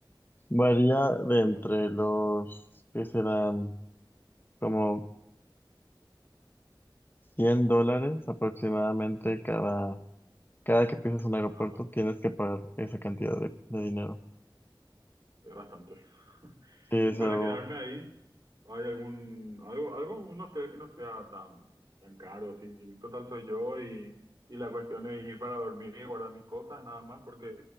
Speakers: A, on the left; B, on the right.
A: varía de
B: Entonces,
A: entre los que serán como 100 dólares aproximadamente cada, cada que pisas un aeropuerto
B: ah,
A: tienes que pagar esa cantidad de, de dinero.
B: es bastante. <laughs>
A: Sí, es
B: Y para
A: algo,
B: quedarme ahí, ¿hay algún, algo, algo, un hotel que no sea tan, tan caro? Sí, total soy yo y, y la cuestión es ir para dormir y guardar mis cosas, nada más, porque